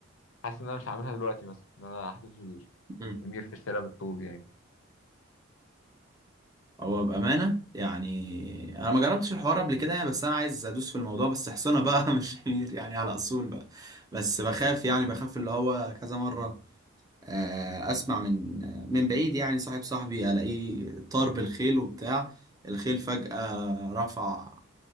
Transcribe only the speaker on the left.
حاسس ان انا مش هعملها دلوقتي مثلا ان انا احذف
المير في الشارع بالطوب يعني